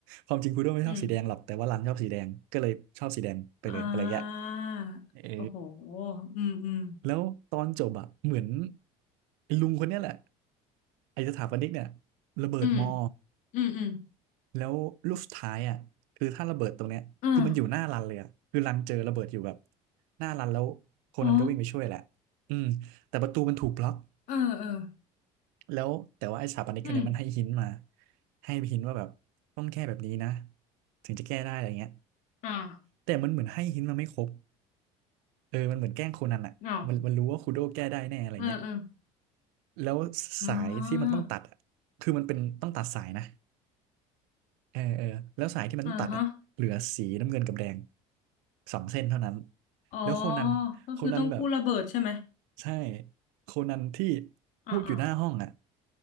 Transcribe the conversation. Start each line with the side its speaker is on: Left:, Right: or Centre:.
Right: ความจริงคุโดไม่ชอบสีแดงหรอกแต่ว่ารันชอบสีแดงก็เลยชอบสีแดงไปเลยอะไรเงี้ย
Left: อืมอ่า
Right: เออ
Left: โอ้โหอืมอืม
Right: แล้วตอนจบอะเหมือนไอ้ลุงคนเนี้ยแหละไอ้สถาปนิกเนี่ยระเบิดมอ
Left: อืมอืมอืม
Right: แล้วลูกสุดท้ายอะคือถ้าระเบิดตรงเนี้ยคือมันอยู่หน้ารันเลยอะคือรันเจอระเบิดอยู่แบบ
Left: อ่า
Right: หน้ารันแล้วโคนันก็วิ่งไปช่วยแหละ
Left: อ๋อ
Right: อืมแต่ประตูมันถูกบล็อก
Left: เออเออ
Right: แล้วแต่ว่าไอ้สถาปนิกคนเนี้ยมันให้หินมา
Left: อืม
Right: ให้หินว่าแบบต้องแก้แบบนี้นะถึงจะแก้ได้อะไรเงี้ย
Left: อ่า
Right: แต่มันเหมือนให้หินมาไม่ครบเออมันเหมือนแกล้งโคนันอ่ะมันมันรู้ว่าคูโดแก้ได้แน่อะไรเงี้ย
Left: เอาเออเออ
Right: แล้ว
Left: อ่
Right: สายที่มันต้องตัดอะคือมันเป็นต้องตัดสายนะ
Left: า
Right: เออเออแล้วสายที่มันต้องตัดอะเหลือสีน้ำเงินกับแดง
Left: อ่าฮะ
Right: สองเส้นเท่านั้น
Left: อ๋อ
Right: แล้วโคนันโคนันแบบ
Left: ก็คือต้องกู้ระเบิดใช่ไหม
Right: ใช่โคนันที่
Left: อ่าอ่า
Right: พูดอยู่หน้าห้องอ่ะ